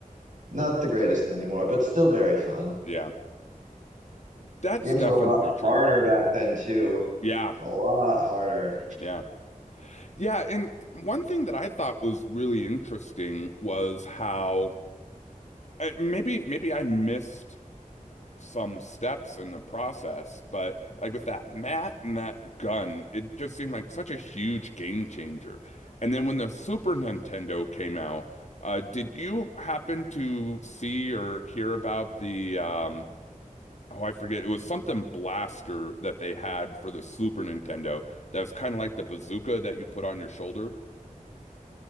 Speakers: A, on the right; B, on the left.
A: not the greatest anymore, but still very fun.
B: Yeah, that's
A: Games
B: definitely
A: were a lot
B: true.
A: harder back then too.
B: Yeah,
A: A lot harder.
B: yeah. Yeah, and one thing that I thought was really interesting was how uh, maybe maybe I missed some steps in the process, but like with that mat and that gun, it just seemed like such a huge game changer. And then when the Super Nintendo came out, uh, did you happen to see or hear about the um, oh, I forget, it was something blaster that they had for the Super Nintendo that was kind of like the bazooka that you put on your shoulder?